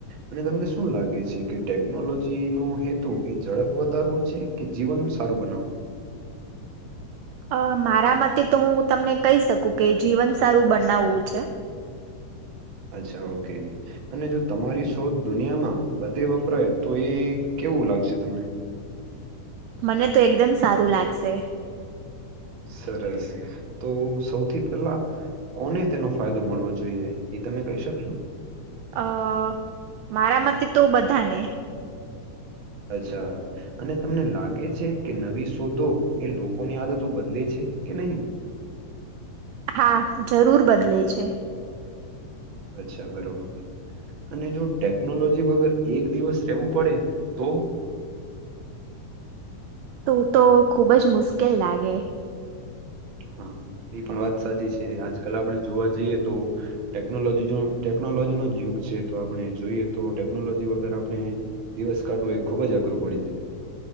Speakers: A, on the right (about 55°); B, on the right (about 80°).
A: અને તમને શું લાગે છે કે ટેકનોલોજી નો હેતુ એ ઝડપ વધારવો છે કે જીવન સારું બનાવ?
B: અહ મારા મતે તો હું તમને કહી શકું કે જીવન સારું બનાવવું છે.
A: અચ્છા, ઓકે અને જો તમારી શોધ દુનિયામાં બધે વપરાય, તો એ કેવું લાગશે તમને?
B: મને તો એકદમ સારુ લાગસે.
A: સરસ. તો સૌથી પેલા કોને તેનો ફાયદો મળવો જોઈએ? ઈ તમે કઈ શકશો.
B: અ મારા મતે તો બધા ને.
A: અચ્છા. અને તમને લાગે છે કે, નવી શોધો એ લોકોની આદતો બદલે છે કે નહીં?
B: હા, જરૂર બદલે છે.
A: અચ્છા, બરોબર. અને જો ટેકનોલોજી વગર એક દિવસ રેવુ પડે તો?
B: તુ તો ખુબ જ મુસ્કેલ લાગે.
A: હમ્મ, એ પણ વાત સાચી છે. આજકાલ આપણે જોવા જઈએ તો ટેકનોલોજી જોં ટેકનોલોજીનો જ યુગ છે, તો આપણે જોઈએ તો ટેકનોલોજી વગર આપણે દિવસ કાઢવો, એ ખૂબ જ અઘરું પડી જાય.